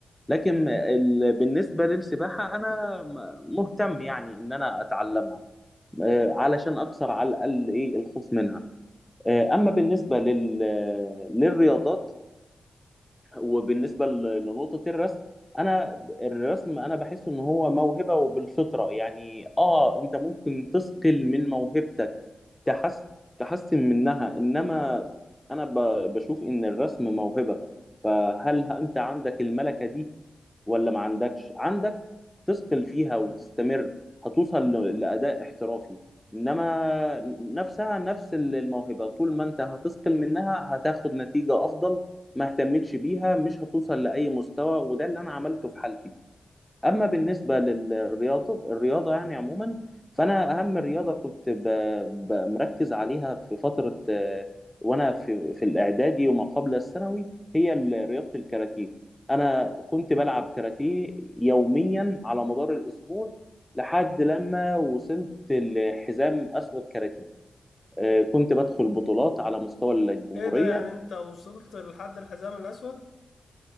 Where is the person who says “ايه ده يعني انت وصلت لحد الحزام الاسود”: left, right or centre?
Left